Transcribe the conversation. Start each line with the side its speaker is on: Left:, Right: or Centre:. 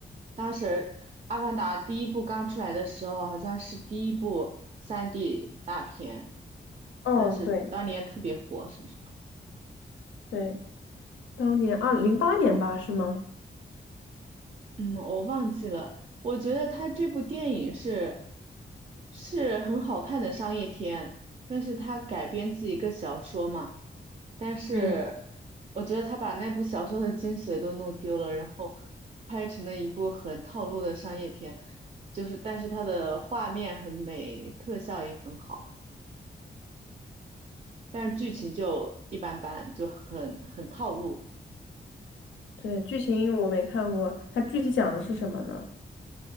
Right: 当时《阿凡达》第一部刚出来的时候，好像是第一部三 d 大片，
Left: 嗯，
Right: 当时当年特别火，
Left: 对
Right: 是不是？
Left: 对，当年二零零八年吧，是吗？
Right: 嗯，我忘记了。我觉得他这部电影是是很好看的商业片，但是他改编自一个小说嘛，但是我觉得他把那部小说的精髓都弄丢了，
Left: 嗯，
Right: 然后拍成了一部很套路的商业片，就是但是它的画面很美，特效也很好，但是剧情就一般般，就很很套路。
Left: 对，剧情我没看过，它具体讲的是什么呢？